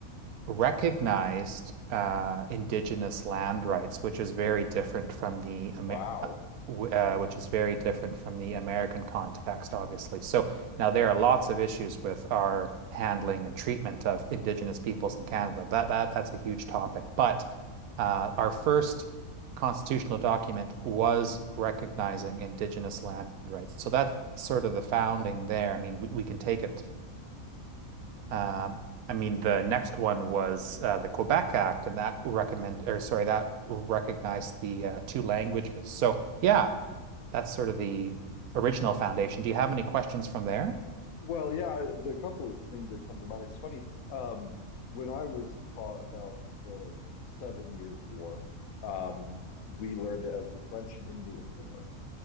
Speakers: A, on the right (about 85°); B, on the left (about 75°).
A: recognized uh, indigenous land rights, which is very different from the Amer
B: Wow.
A: uh, w- uh, which is very different from the American context, obviously. So now there are lots of issues with our handling and treatment of indigenous peoples in Canada. That that that's a huge topic. But uh, our first constitutional document was recognizing indigenous land rights. So that's sort of the founding there. I mean, we, we can take it uh, I mean, the next one was uh, the Quebec Act, and that recommend or sorry, that recognized the uh, two languages. So yeah, that's sort of the original foundation. Do you have any questions from there?
B: Well, yeah, there are a couple of things that come to mind. It's funny, um, when I was taught about the Seven Years' War, um, we learned it as the French and Indian War.